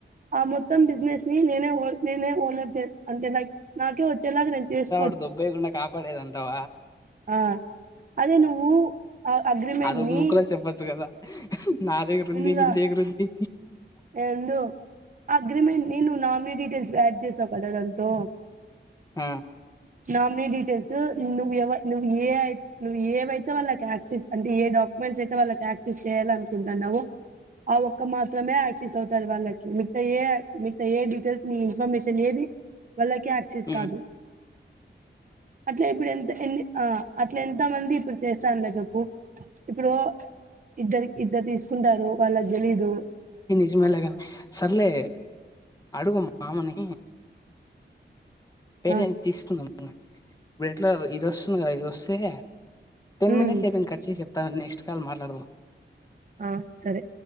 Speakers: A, on the right (about 45°); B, on the left (about 20°).
A: ఆ మొత్తం బిజినెస్ ని నేనే నేనే ఓనర్ అంటే నాకే వచ్చేలాగా నేను చేస్
B: డు దుబ్బే కుండా కాపాడేదంటావ
A: ఆ అదే నువ్వు ఆ అగ్రిమెంట్
B: అదొక
A: ని
B: ముక్కులో చెప్పచ్చు కదా నా దగ్గర
A: విన్రా
B: ఉంది నీదెగ్గర ఉంది
A: <unintelligible> అగ్రిమెంట్ నేను నామిని డీటెయిల్స్ వియాడ్ జేసావు కదా అది ఎంతో
B: ఆ
A: నామినీ డీటెయిల్స్ నువ్వు ఎవ నువ్వు ఏ నువ్వు ఏవైతే వాళ్ళకి యాక్సెస్ అంటే ఏ డా మన చేత వాళ్ళకి యాక్సెస్ చేయాలి అనుకుంటన్నావో ఆ ఒక్క మాత్రమే యాక్సెస్ అవుతది వాళ్ళకి మిగత ఏ మిగత ఏ డీటెయిల్స్ మి ఇన్ఫర్మ మెషన్ ఏది వాళ్ళకి యాక్సెస్
B: ఉమ్
A: కాదు అట్లా ఇప్పుడు ఎంత ఎంది ఆ అట్ల ఎంత మంది ఇప్పుడు చేస్తారు లే జేప్ ఇప్పుడు ఇద్దరు ఇద్దరు తీసుకుంటారు వాళ్ళకు దెలీదు
B: జి మెయిల్ గ సర్లే అడుగు మామని పేటెంట్
A: ఆ
B: తీసుకుందం మనం ఇప్పుడు ఎట్లా ఇది వస్తుంది కదా ఇదొస్తే టెన్
A: ఉమ్
B: మినిట్స్ అయిపోయింది కట్ చేయ్ చెప్తా నెక్స్ట్ కాల్ మాట్లాదం
A: ఆ సరే